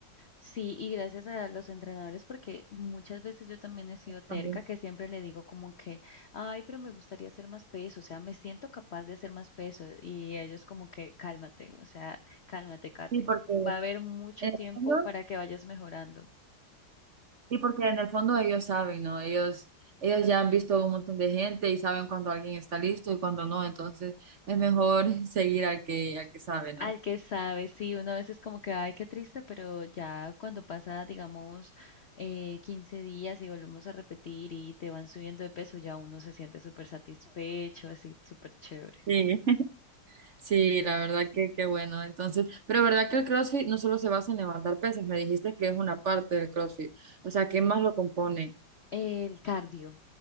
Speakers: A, on the left (about 50°); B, on the right (about 55°).
A: Sí, y gracias a los entrenadores, porque muchas veces yo también he sido terca,
B: también.
A: que siempre le digo como que, ay, pero me gustaría hacer más peso, o sea, me siento capaz de hacer más peso, y ellos como que, cálmate, o sea, cálmate, Kate,
B: Sí, porque
A: va
B: en
A: a haber mucho
B: el
A: tiempo
B: fondo
A: para que vayas mejorando.
B: Sí, porque en el fondo ellos saben, ¿no? Ellos, ellos ya han visto un montón de gente y saben cuando alguien está listo y cuando no, entonces es mejor <laughs> seguir al que, al que sabe,
A: Al
B: ¿no?
A: que sabe, sí, una vez es como que, ay, qué triste, pero ya cuando pasa, digamos, eh, 15 días y volvemos a repetir y te van subiendo de peso, ya uno se siente súper satisfecho, así, súper chévere.
B: Sí. <laughs> Sí, la verdad que qué bueno. Entonces, pero verdad que el CrossFit no solo se basa en levantar pesas, me dijiste que es una parte del CrossFit. O sea, ¿qué más lo compone?
A: El cardio.